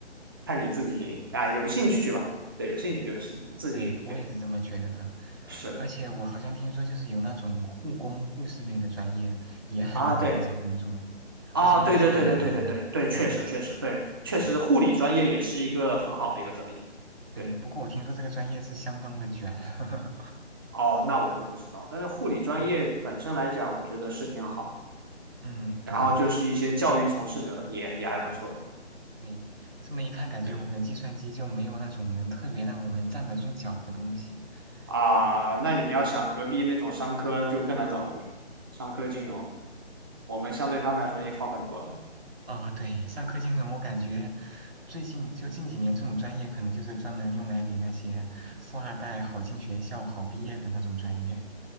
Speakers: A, on the right; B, on the right.
A: 看你自己啊，有兴趣吧。对，有兴趣就行，你自己对，
B: 对，我也是这么觉得的。
A: 是的
B: 而且我好像听说，就是有那种护工、护士类的专业也很容易找工作，
A: 啊，对。啊，
B: 而且工资也很高。
A: 对对对对对对对对，确实确实对，
B: 嗯
A: 确实护理专业也是一个很好的一个专业。
B: 嗯，对。
A: 对，
B: 不过我听说这个专业是相当的卷。<laughs>
A: 哦，那我就不知道。但是护理专业本身来讲，
B: 嗯
A: 我觉得是挺好的
B: 嗯，对
A: 然后就是一些教育从事者也也还不错。
B: 对。这么一看，感觉我们计算机就没有那种能特别让我们站得住脚的东西。
A: 对啊，
B: 嗯
A: 那你要想隔壁那种商科就更难找工作，商科金融，我们相对他们来说已经好很多了。
B: 啊，对，上课金融，我感觉最近就近几年这种专业，可能就是专门用来给那些富二代好进学校、好毕业的那种专业，